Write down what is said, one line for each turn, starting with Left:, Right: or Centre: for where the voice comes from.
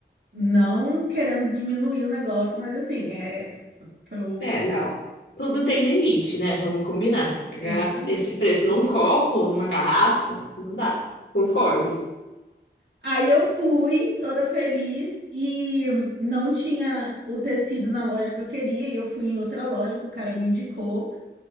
Right: não querendo diminuir o negócio, mas assim, é pro.
Left: É, não. Tudo tem limite, né? Vamos combinar. Pagar
Right: Exatamente.
Left: esse preço num copo, numa garrafa, não dá. Concordo.
Right: Aí eu fui toda feliz e não tinha o tecido na loja que eu queria, e eu fui em outra loja que o cara me indicou.